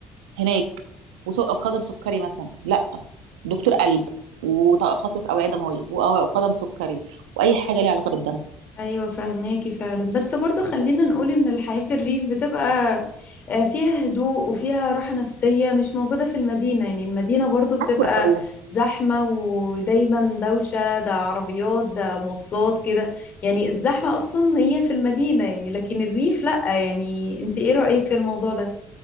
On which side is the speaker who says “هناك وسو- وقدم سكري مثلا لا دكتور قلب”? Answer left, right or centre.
Right